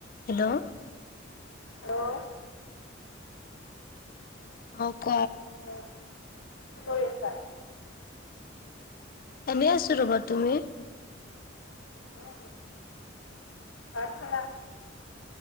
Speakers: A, on the left; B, on the left.
A: Hello
B: আহ
A: অ' ক
B: হেল্ল' কি কৰি আছা?
A: এনেই আছো ৰ'বা। তুমি?
B: মই এনেই ভাত খালা?